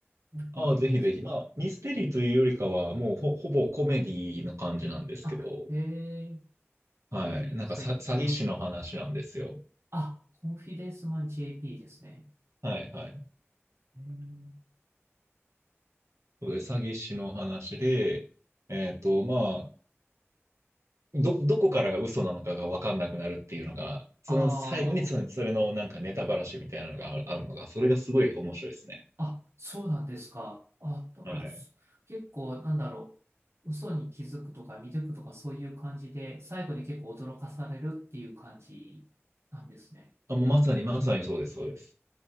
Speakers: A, on the right (about 60°); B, on the right (about 80°).
A: コンフィデ
B: ああ、ぜひぜひ。まあ、ミステリーというよりかは、もうほ、ほぼコメディの感じなんですけど、
A: あ、えー、
B: はい。
A: コメディが入った。
B: なんかさ、詐欺師の話なんですよ。
A: あ、コンフィデンスマン JP ですね。
B: はい、はい。
A: えー、
B: そうで、詐欺師の話で、えっと、まあ、ど、どこからが嘘なのかが分かんなくなるっていうのが、その最後にその、
A: あー
B: それのなんかネタばらしみたいなのがあるあるのが、それがすごい面白いですね。
A: あ、そうなんですか。あ、だから、
B: はい。
A: す結構、なんだろう。嘘に気づくとか見抜くとかそういう感じで、最後に結構驚かされるっていう感じなんですね。
B: あ、もうまさにまさにそうです、そうです。